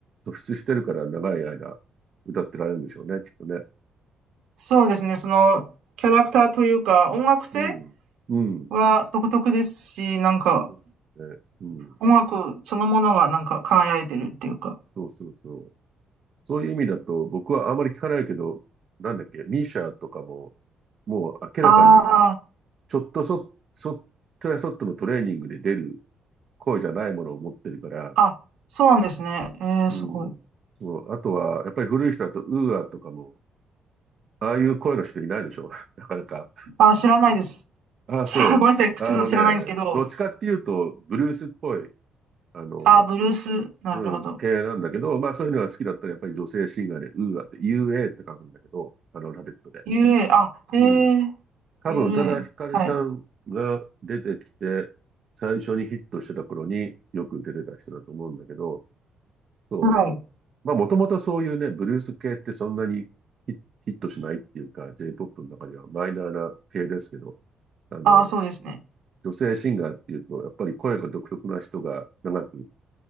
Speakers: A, on the right; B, on the right.
A: 突出してるから長い間歌ってられるんでしょうね、きっとね。
B: そうですね。その、キャラクターというか、音楽性
A: うん。うん。
B: は独特ですし、なんか、
A: そうですね。うん。
B: 音楽そのものがなんか輝いてるっていうか。
A: そうそうそう。そういう意味だと、僕はあまり聞かないけど、なんだっけ、ミーシャとかも、もう明らかに、
B: あ
A: ちょっとそ、そっとやそっとのトレーニングで出る声じゃないものを持ってるから、
B: あ、そうなんですね。えー、
A: うん。
B: すごい。
A: そう。あとは、やっぱり古い人だと、ウーアとかも、ああいう声の人いないでしょ <laughs> なかなか。
B: あ、知らないです。<laughs>
A: ああ、
B: 知らない、
A: そう。
B: ごめんなさい。ちょっと知らないんですけど。
A: あのね、どっちかっていうと、ブルースっぽい、あの、
B: あ、ブルース、なるほど。
A: うん、系なんだけど、まあそういうのが好きだったらやっぱり女性シンガーで、ウーアって、UA って書くんだけど、あの、ラベットで。
B: UA、あ、えー、
A: うん。多分、
B: UA、
A: 宇多田ヒカルさんが出てきて、
B: はい。
A: 最初にヒットしてた頃によく出てた人だと思うんだけど、そう。
B: はい。
A: まあもともとそういうね、ブルース系ってそんなにヒヒットしないっていうか、J-POP の中ではマイナーな系ですけど、あの、
B: あ、そうですね。
A: 女性シンガーっていうと、やっぱり声が独特な人が長く、